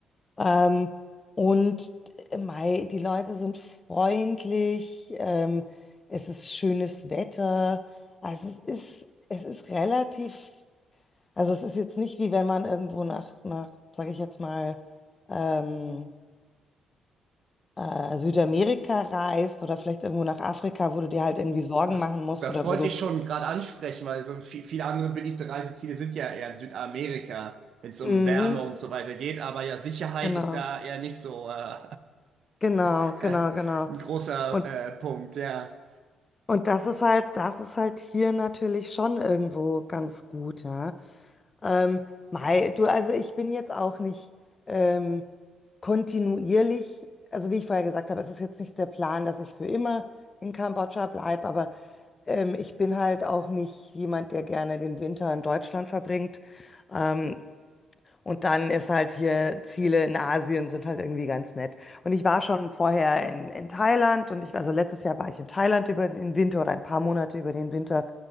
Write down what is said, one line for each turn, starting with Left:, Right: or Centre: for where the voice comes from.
Left: Ähm, und äh, mei, die Leute sind freundlich, ähm, es ist schönes Wetter. Also es ist, es ist relativ also es ist jetzt nicht wie wenn man irgendwo nach, nach sage ich jetzt mal, ähm, äh, Südamerika reist oder vielleicht irgendwo nach Afrika, wo du dir halt irgendwie Sorgen
Right: Das,
Left: machen musst
Right: das
Left: oder
Right: wollte
Left: wo du...
Right: ich schon gerade ansprechen, weil so vi- viele andere beliebte Reiseziele sind ja eher in Südamerika, wenn es um
Left: Mhm,
Right: Wärme und so weiter geht. Aber ja, Sicherheit
Left: genau,
Right: ist da eher nicht so äh,
Left: genau,
Right: <laughs>
Left: genau, genau.
Right: ein großer
Left: Und,
Right: äh, Punkt, ja.
Left: und das ist halt, das ist halt hier natürlich schon irgendwo ganz gut, ja. Ähm, Mei, du, also ich bin jetzt auch nicht ähm, kontinuierlich, also wie ich vorher gesagt habe, es ist jetzt nicht der Plan, dass ich für immer in Kambodscha bleibe, aber ähm, ich bin halt auch nicht jemand, der gerne den Winter in Deutschland verbringt. Ähm, und dann ist halt hier, Ziele in Asien sind halt irgendwie ganz nett. Und ich war schon vorher in, in Thailand und ich, also letztes Jahr war ich in Thailand über den Winter oder ein paar Monate über den Winter.